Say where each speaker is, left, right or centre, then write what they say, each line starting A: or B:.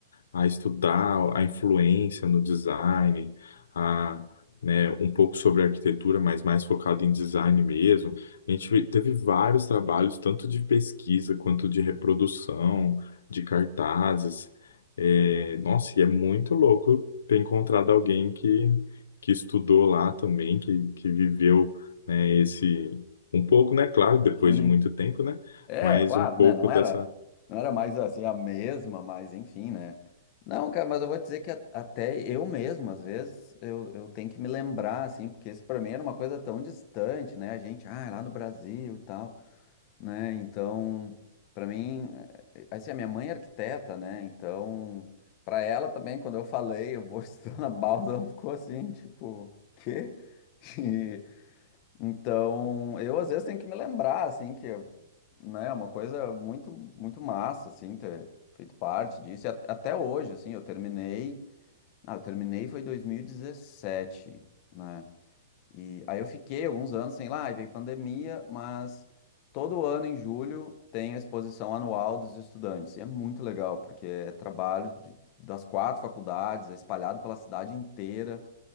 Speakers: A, on the left (about 90°); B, on the left (about 25°).
A: a estudar a influência no design, a, né, um pouco sobre arquitetura, mas mais focado em design mesmo. A gente teve vários trabalhos, tanto de pesquisa quanto de reprodução, de cartazes. É, nossa, e é muito louco ter encontrado alguém que, que estudou lá também, que, que viveu, né, esse um pouco, né? Claro, depois
B: Sim.
A: de muito tempo, né?
B: É,
A: mas
B: claro,
A: um pouco
B: né? Não
A: dessa.
B: era, não era mais assim a mesma, mas enfim, né? Não, cara, mas eu vou te dizer que a- até eu mesmo, às vezes, eu, eu tenho que me lembrar, assim, porque isso pra mim era uma coisa tão distante, né? A gente, ah, é lá no Brasil e tal, né? Então, pra mim, eh, assim, a minha mãe é arquiteta, né? Então, pra ela também, quando eu falei, eu vou <laughs> estudar na Bauhaus, ela ficou assim, tipo, quê? <laughs> Então, eu às vezes tenho que me lembrar, assim, que, né, é uma coisa muito, muito massa, assim, ter feito parte disso. E at- até hoje, assim, eu terminei, ah, eu terminei foi em 2017, né? E aí eu fiquei alguns anos sem live e veio pandemia, mas todo ano em julho tem a exposição anual dos estudantes. E é muito legal, porque é trabalho de- das quatro faculdades, é espalhado pela cidade inteira.